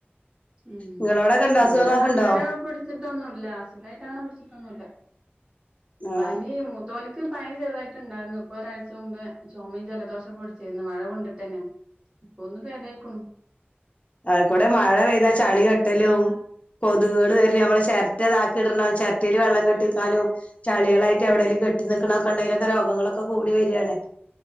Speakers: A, on the right (about 20°); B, on the left (about 35°).
A: ഉ
B: നിങ്ങളോടൊക്കെ ഉണ്ടോ
A: ഇവിടെ
B: അസുഖങ്ങളൊക്കെ
A: അങ്ങനെ
B: ഉണ്ടോ
A: പിടിച്ചിട്ടൊന്നുംല്ല അസുഖായിട്ട് അങ്ങനെ പിടിച്ചിട്ട ഒന്നുല
B: ആഹ്
A: പനി മൂത്തോന് പനി ചെറുതായിട്ട്ുണ്ടായിരുന്നു ഇപ്പൊ ഒരാഴ്ച മുമ്പ് ചൊമ ജലദോഷൊ ഒക്കെ പിടിച്ചിയിരുന്നു മഴ കൊണ്ടിട്ട് ന്നെ ഇപ്പൊ ഒന്ന് പേതയ്‌ക്ക്ണ്.
B: ആ കൂടെ മഴ പെയ്താ ചളികെട്ടലും കൊതുകൾ വര നമ്മള് ഷ താക്കി ഇടണം ചിരട്ടായി വെള്ളം കെട്ടിക്കാലും ചളികളായിട്ട് എവിയങ്കുംെട്ട നിിക്കക്കണൊക്കെണ്ടെങ്കിലൊക്കെ രോഗങ്ങളൊക്കെ ക്ക കൂടി വരാണ്.